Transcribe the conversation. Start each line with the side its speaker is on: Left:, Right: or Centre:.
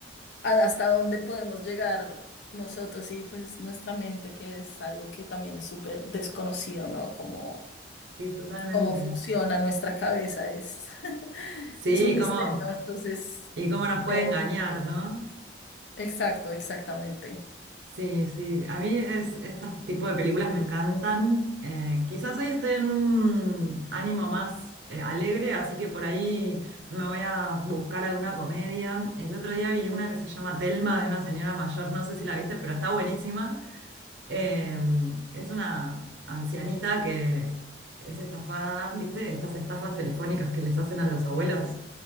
Left: a- hasta dónde podemos llegar nosotros y pues nuestra mente, que es algo que también es súper desconocido, ¿no? Como
Right: Sí, totalmente.
Left: cómo funciona nuestra cabeza es, <laughs>
Right: Sí,
Left: es un misterio,
Right: cómo,
Left: ¿no? entonces,
Right: y cómo nos puede
Left: chévere.
Right: engañar, ¿no?
Left: exacto, exactamente.
Right: Sí, sí, a mí es, este tipo de películas me encantan. Eh, quizás hoy estoy en un ánimo más eh, alegre, así que por ahí me voy a buscar alguna comedia. El otro día vi una que se llama Telma de una señora mayor, no sé si la viste, pero está buenísima. Eh,
Left: Ujú.
Right: es una ancianita que es estafada, ¿viste? Estas estafas telefónicas que les hacen a los abuelos.